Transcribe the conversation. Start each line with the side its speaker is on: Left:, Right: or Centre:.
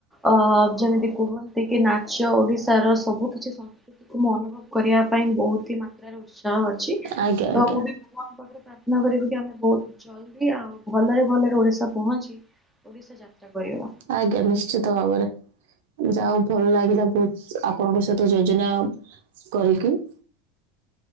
Centre: ଅ ଯେମିତି କୁହନ୍ତି କି ନା ଚ ଓଡ଼ିଶାର ସବୁ କିିଛି ସଂସ୍କୃତିକୁ ମୁଁ ଅନୁଭବ କରିବା ପାଇଁ ବହୁତ ହି ମାତ୍ରାରେ ଉତ୍ସାହ ଅଛି। ଚି
Right: ଆଜ୍ଞା ଆଜ୍ଞା
Centre: ତ ମୁଁ ବି ଭଗବାନଙ୍କ ପାଖରେ ପ୍ରା ପ୍ରନ କରିବୁ କି ଆମେ ବହୁତ ଜଲ୍ଦି ଆଉ ଭଲରେ ଭଲରେ ଓଡିଶା ପହଞ୍ଚି ଓଡିଶା ଯାତ୍ରା କରିବା।
Right: ଆଜ୍ଞା ନିଶ୍ଚିତ ଭାବରେ ଯାହା ଭଲ ଲାଗିଲା ବହୁତ ଆପଣଙ୍କ ସହିତ ଯୋଜନା କରିକି। ହ